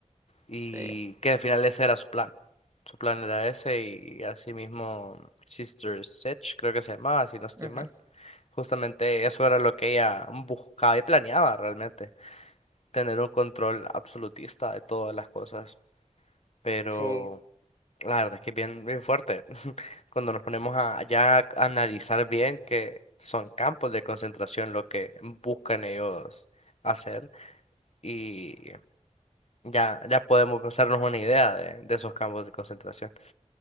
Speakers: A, on the left; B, on the right.
A: y
B: Sí,
A: que al final ese era su plan. Su plan era ese y así mismo Sister Sedge, creo que se llamaba, si no estoy
B: ujú.
A: mal. Justamente eso era lo que ella buscaba y planeaba realmente, tener un control absolutista de todas las cosas. Pero
B: Sí,
A: la verdad es que es bien, bien fuerte. <laughs> Cuando nos ponemos a ya a analizar bien que son campos de concentración lo que buscan ellos hacer. Y ya, ya podemos hacernos una idea de, de esos campos de concentración.